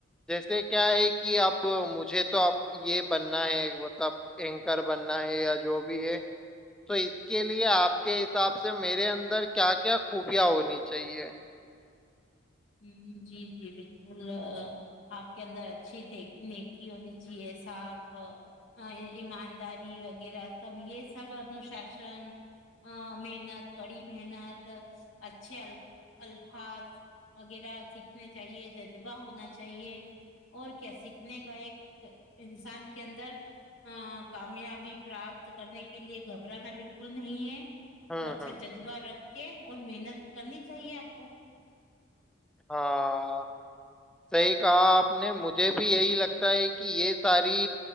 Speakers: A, in the centre; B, on the left (about 80°).
A: جیسے کیا ہے کہ اب مجھے تو اب یہ بننا ہے مطلب اینکر بننا ہے یا جو بھی ہے تو اس کے لیے آپ کے حساب سے میرے اندر کیا کیا خوبیاں ہونی چاہیے
B: ہ جی جی بالکل آپ کے اندر اچھی نیکی ہونی چاہیے صاپ ایمانداری وغیرہ سب یہ سب انوشاسن محنت کڑی محنت اچھے ال الفاظ وغیرہ سیکھنے چاہیے جذبہ ہونا چاہیے اور کیا سیکھنے کا ایک انسان کے اندر کامیابی پراپت کرنے کے لیے گھبرانا بالکل نہیں ہے
A: ہوں
B: اور اچھا
A: ہوں
B: جذبہ رکھ کے اور محنت کرنی چاہیے آپ کو
A: ہاں صحیح کہا آپ نے مجھے بھی یہی لگتا ہے کہ یہ ساری